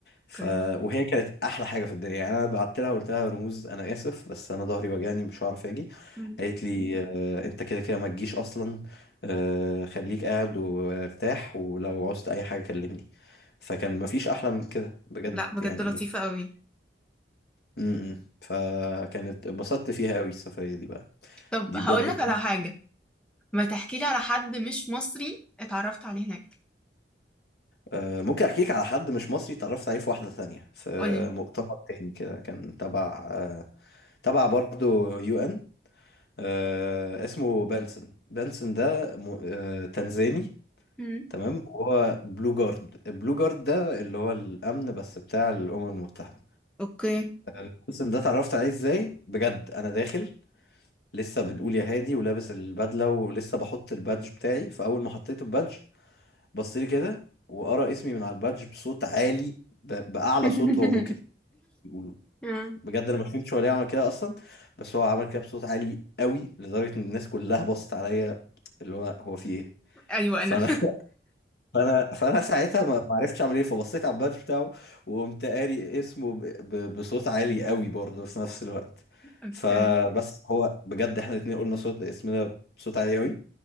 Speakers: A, in the centre; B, on the left.
A: اوكي
B: ف... وهي كانت أحلى حاجة في الدنيا يعني أنا بعت لها قلت لها رموز أنا آسف بس أنا ظهري وجعني مش هعرف أجي
A: مم.
B: قالت لي آه، أنت كده كده ما تجيش أصلا آه، خليك قاعد وارتاح ولو عوزت أي حاجة كلمني فكان مفيش أحلى من كده بجد
A: لا بجد
B: يعني
A: لطيفة قوي
B: امم فكانت اتبسطت فيها قوي السفرية دي بقى
A: طب
B: دي
A: هقول
B: بجد
A: لك
B: كانت
A: على حاجة ما تحكي لي على حد مش مصري اتعرفت عليه هناك
B: آه، ممكن احكي لك على حد مش مصري اتعرفت عليه في واحدة ثانية في
A: قولي
B: مؤتمر تاني كده كان تبع آه، تبع برضو يو ان آه، اسمه بنسن بنسن ده م- آه، تنزاني
A: مم.
B: تمام وهو بلو جارد البلو جارد ده اللي هو الامن بس بتاع الامم المتحدة
A: اوكي
B: بنسن ده اتعرفت عليه ازاي بجد انا داخل لسه بنقول يا هادي ولابس البدله ولسه بحط البادج بتاعي فاول ما حطيت البادج بص لي كده وقرا اسمي من على البادج بصوت عالي ب... باعلى
A: <laughs>
B: صوت هو ممكن يقوله
A: آه.
B: بجد انا ما فهمتش هو ليه عمل كده اصلا بس هو عمل كده بصوت عالي قوي لدرجه ان الناس كلها بصت عليا اللي هو هو في ايه
A: ايوه
B: فانا
A: انا <laughs>
B: <laughs> فانا فانا ساعتها ما ما عرفتش اعمل ايه فبصيت على البادج بتاعه وقمت قاري اسمه ب... ب... بصوت عالي قوي برضه في نفس الوقت
A: اوكي
B: فبس هو بجد احنا الاتنين قلنا صوت اسمنا بصوت عالي قوي